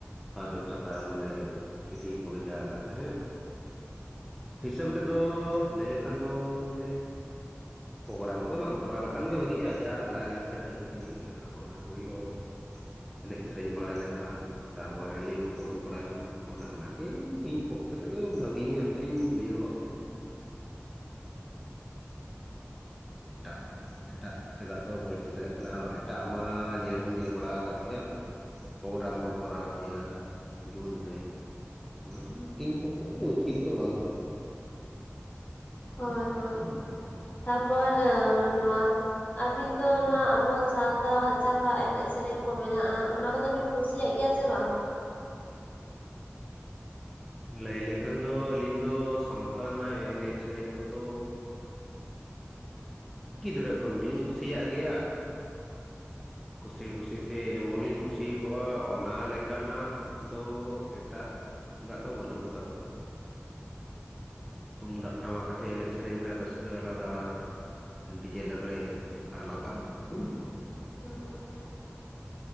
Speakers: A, in the centre; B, on the left (about 35°).
A: ᱥᱟᱨᱡᱚᱢ ᱥᱟᱠᱟᱢ ᱨᱮᱼᱼ ᱪᱤᱴᱷᱤ ᱜᱮ ᱠᱚ ᱵᱷᱮᱡᱟ ᱟᱠᱟᱫ ᱛᱟᱦᱮᱸᱫ ᱦᱤᱥᱟᱹᱵ ᱨᱮ ᱫᱚ ᱞᱟᱹᱭ ᱞᱮᱠᱷᱟᱱ ᱫᱚ ᱟᱱᱮᱼᱼ ᱯᱨᱳᱜᱨᱟᱢ ᱠᱚᱫᱚ ᱵᱟᱝ ᱠᱚᱨᱟᱣ ᱞᱮᱠᱷᱟᱱ ᱜᱮ ᱵᱷᱟᱹᱜᱤᱜᱼᱟ ᱡᱟ ᱞᱟᱭ ᱞᱟᱠᱪᱟᱨ ᱟᱹᱨᱤᱪᱟᱹᱞᱤ ᱢᱮᱱᱟᱜᱼᱟ ᱚᱱᱟ ᱠᱚᱜᱮ <unintelligible> ᱮᱱᱮᱡ ᱥᱮᱨᱮᱧ ᱵᱟᱲᱟᱭ ᱞᱮᱠᱷᱟᱱ ᱛᱟᱯᱚᱨ ᱞᱤ ᱠᱚ ᱩᱰᱩᱠ ᱵᱟᱲᱟ ᱞᱮᱱ ᱠᱷᱟᱱ ᱚᱱᱮ ᱚᱱᱟ ᱜᱮ ᱤᱧ ᱯᱚᱠᱠᱮ ᱛᱮᱫᱚ ᱵᱷᱟᱹᱜᱤ ᱧᱚᱜ ᱤᱧ ᱵᱩᱡᱷᱟᱹᱣ <unintelligible> ᱮᱴᱟᱜ ᱦᱚᱲ ᱫᱚᱼᱼ ᱮᱴᱟᱜ ᱥᱮᱫᱟᱜ ᱫᱚ ᱵᱟᱹᱧ ᱞᱟᱹᱭ ᱫᱟᱲᱮᱭᱟᱜ ᱠᱟᱱᱟ ᱮᱴᱟᱜ ᱢᱟ ᱧᱮᱞ ᱦᱚᱧ ᱧᱮᱞ ᱵᱟᱲᱟ ᱟᱠᱟᱫ ᱜᱮᱭᱟ ᱯᱨᱳᱜᱨᱟᱢ ᱠᱚ ᱠᱚᱨᱟᱣ ᱦᱚᱪᱚᱭᱟ ᱡᱩᱱ ᱨᱮᱼᱼ ᱚᱱᱟ ᱫᱚ ᱤᱧ ᱯᱚᱠᱠᱷᱮ ᱛᱮᱫᱚ ᱩᱪᱤᱛ ᱫᱚ ᱵᱟᱝ ᱠᱟᱱᱟ
B: ᱦᱳᱭ ᱦᱳᱭ ᱛᱟᱯᱚᱨ ᱱᱚᱣᱟᱼᱼ ᱟᱹᱵᱤᱱ ᱫᱚ ᱱᱚᱣᱟ ᱟᱵᱚ ᱥᱟᱶᱛᱟ ᱦᱟᱜ ᱡᱟᱦᱟᱸ ᱮᱱᱮᱡ ᱥᱮᱨᱮᱧ ᱠᱚ ᱢᱮᱱᱟᱜᱼᱟ ᱚᱱᱟ ᱠᱚ ᱫᱚ ᱵᱤᱱᱼᱼ ᱠᱩᱥᱤᱭᱟᱜ ᱜᱮᱭᱟ ᱥᱮ ᱵᱟᱝ
A: ᱞᱟᱹᱭ ᱞᱮᱠᱷᱟᱱ ᱫᱚ ᱟᱹᱞᱤᱧ ᱫᱚ ᱥᱟᱶᱛᱟ ᱨᱮᱱᱟᱜ ᱮᱱᱮᱡ ᱥᱮᱨᱮᱧ ᱠᱚᱫᱚᱼᱼ ᱜᱤᱫᱽᱨᱟᱹ ᱠᱷᱚᱱ ᱜᱮᱞᱤᱧ ᱠᱩᱥᱤᱭᱟᱜ ᱜᱮᱭᱟ ᱠᱩᱥᱤ ᱠᱩᱥᱤ ᱛᱮ ᱮᱢᱚᱱᱤᱧ ᱠᱩᱥᱤᱠᱟᱜᱼᱟ ᱚᱱᱟ ᱞᱮᱠᱟᱱᱟᱜ ᱫᱚ ᱮᱴᱟᱜᱟᱜ ᱫᱚ ᱵᱟᱹᱱᱩᱜ ᱟᱠᱟᱫᱼᱟ ᱛᱩᱢᱫᱟᱜ ᱴᱟᱢᱟᱠ ᱟᱛᱮ ᱮᱱᱮᱡ ᱥᱮᱨᱮᱧ ᱨᱮᱱᱟᱜ ᱨᱟᱹᱥᱠᱟᱹ ᱟᱞᱟᱫᱟ ᱟᱨ ᱰᱤᱡᱮ ᱞᱟᱜᱽᱲᱮ ᱮᱱᱮᱡ ᱟᱞᱟᱫᱟ
B: <unintelligible>